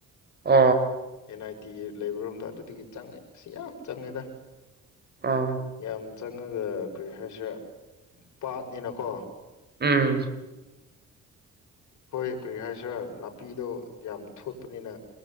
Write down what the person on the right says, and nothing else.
ꯎ
ꯑꯣ
ꯎꯝ